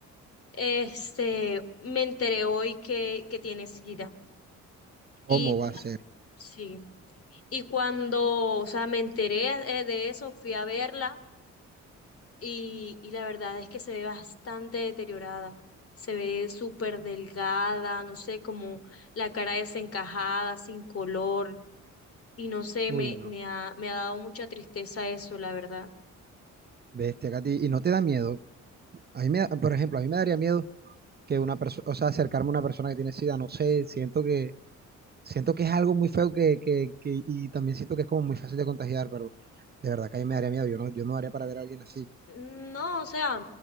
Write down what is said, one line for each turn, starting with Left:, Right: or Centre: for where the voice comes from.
Left: Este, me enteré hoy que, que tiene SIDA.
Right: ¿Cómo
Left: Y cu-
Right: va a ser?
Left: sí, y cuando, o sea, me enteré eh, de eso, fui a verla y, y la verdad es que se ve bastante deteriorada. Se ve súper delgada, no sé, como la cara desencajada, sin color Y no sé,
Right: Uy,
Left: me,
Right: no.
Left: me ha, me ha dado mucha tristeza eso, la verdad.
Right: Bestia, Katy. ¿Y no te da miedo? A mí me da- por ejemplo, a mí me daría miedo que una persona, o sea, acercarme a una persona que tiene SIDA, no sé, siento que, siento que es algo muy feo que, que, que, y también siento que es como muy fácil de contagiar, pero de verdad que a mí me daría miedo. Yo no, yo no daría para ver a alguien así.
Left: Mm, No, o sea,